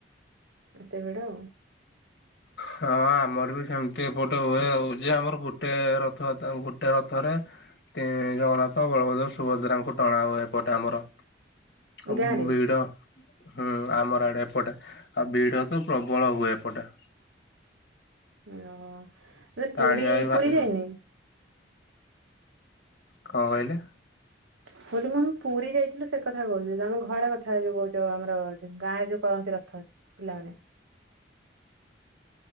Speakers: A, on the right; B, on the left.
A: ଏତେବେଡ। <inaudible>
B: ହଁ ଆମର ବି ସେମିତି ଏପଟେ ହୁଏ ଆଉ ଯେ ଆମର ଗୋଟେ ରଥ ଗୋଟେ ରଥରେ ଜଗନ୍ନାଥ ବଳଭଦ୍ର ସୁଭଦ୍ରାଙ୍କୁ ଟଣା ହୁଏ ଏପଟେ ଆମର ଆଉ
A: ଗାଁରେ
B: ଭିଡ ହୁଁ ଆମର ଆଡେ ଏପଟେ ଆଉ ଭିଡ଼ ତ ପ୍ରବଳ ହୁଏ ଏପଟେ
A: ଓ। <inaudible> ମେ
B: ଟାଣିବା
A: ପୁରୀ
B: ବି ଭାରି
A: ପୁରୀ ଯାଇନ କି
B: କଣ କହିଲେ?
A: ବୋଲି ମୁଁମ ପୁରୀ ଯାଇଥିଲୁ ସେ କଥା କହୁଥିଲି ତମେ ଘରେ କଥା ଯୋଉ କହୁଛ ଆମର ଗାଁରେ ଯୋଉ କରନ୍ତି ରଥ ପିଲାମାନେ